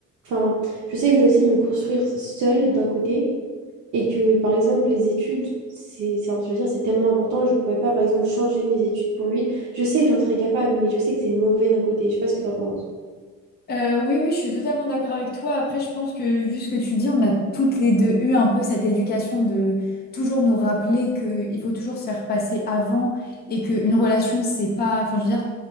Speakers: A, on the right (about 70°); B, on the left (about 30°).
A: Enfin, je sais que je dois aussi me construire seule d'un côté. Et que, par exemple, les études, c'est, c'est- enfin, je veux dire, c'est tellement important, je pourrais pas, par exemple, changer mes études pour lui. Je sais que j'en serais capable, mais je sais que c'est mauvais d'un côté. Je sais pas ce que t'en penses.
B: Euh, oui, oui, je suis totalement d'accord avec toi. Après, je pense que vu ce que tu dis, on a toutes les deux eu un peu cette éducation de toujours nous rappeler qu'il faut toujours se faire passer avant et qu'une relation, c'est pas... Enfin, je veux dire,